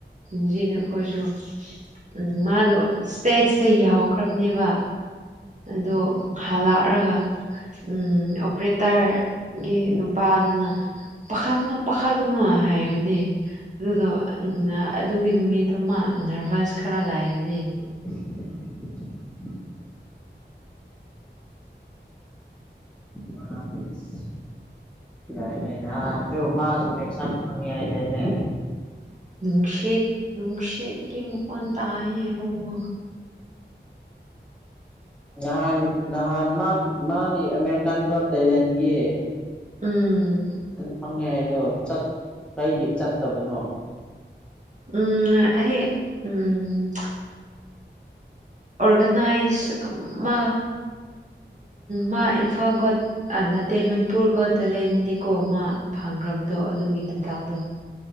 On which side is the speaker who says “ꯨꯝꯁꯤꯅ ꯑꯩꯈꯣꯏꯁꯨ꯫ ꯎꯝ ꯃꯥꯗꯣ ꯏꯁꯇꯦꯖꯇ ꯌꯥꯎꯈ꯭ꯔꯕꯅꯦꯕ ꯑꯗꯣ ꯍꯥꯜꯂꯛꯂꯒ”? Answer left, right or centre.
Right